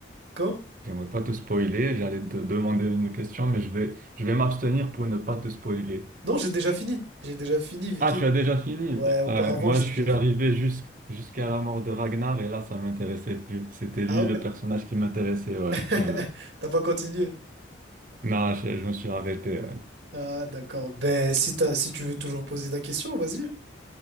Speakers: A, on the right (about 70°); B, on the right (about 45°).
A: quoi?
B: j'aimerais pas te spoiler. J'allais te demander une question, mais je vais, je vais m'abstenir pour ne pas te spoiler.
A: Non, j'ai déjà fini. J'ai déjà fini, Vicky.
B: Ah, tu as déjà fini.
A: Ouais, auparavant,
B: Euh, moi,
A: j'ai
B: je
A: déjà
B: suis
A: fini.
B: arrivé jusqu- jusqu'à la mort de Ragnar et là, ça m'intéressait plus. C'était
A: Ah
B: lui le
A: ouais?
B: personnage qui m'intéressait, ouais.
A: <laughs>
B: Euh,
A: T'as pas continué?
B: non, je, je me suis arrêté. ouais.
A: Ah, d'accord. Ben, si t'as, si tu veux toujours poser ta question, vas-y.